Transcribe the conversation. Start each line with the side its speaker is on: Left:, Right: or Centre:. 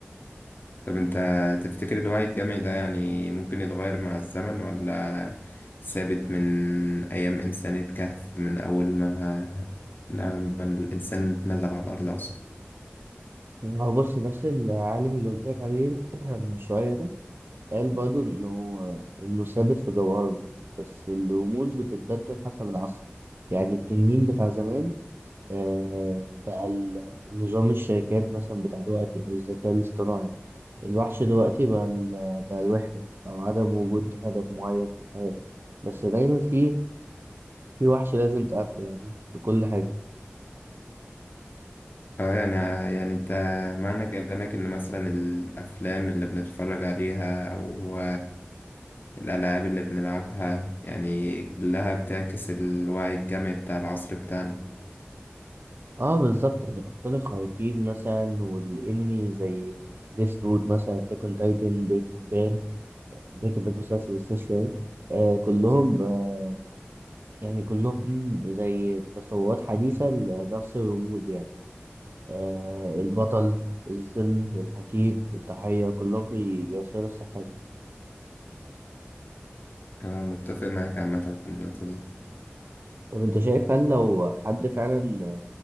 Left: طب أنت تفتكر الوعي الجمعي ده يعني ممكن يتغير مع الزمن ولا ثابت من أيام إنسان الكهف من أول ما لما الإنسان نزل على الأرض أصلا؟
Right: هو بص نفس العالم اللي قلت لك عليه <clears throat> من شوية ده قال برضه إن هو إنه ثابت في جوهره بس الرموز بتتبدل حسب العصر يعني التنين بتاع زمان آه بقى ال- نظام الشركات مثلا بتاع دلوقتي أو الذكاء الاصطناعي الوحش دلوقتي بقى, ال- بقى الوحدة أو عدم وجود هدف معين في الحياة بس دايما في في وحش لازم تقاتله يعني في كل حاجة
Left: اه يعني يعني أنت معنى كلامك إن مثلا الأفلام اللي بنتفرج عليها أو الألعاب اللي بنلعبها يعني كلها بتعكس الوعي الجمعي بتاع العصر بتاعنا
Right: اه بالظبط يعني أبطال الخارقين مثلا والأنمي زي ديث نوت مثلا أتاك أون تايتن بريكنج باد بريكنج باد مسلسل بالصوص يعني آه كلهم آه يعني كلهم زي تصورات حديثة لنفس الرموز يعني آه البطل الظل الحكيم الضحية كلهم بي- بيوصلوا نفس الحاجة
Left: أنا متفق معاك عامة في النقطة دي
Right: طب أنت شايف هل لو حد فعلا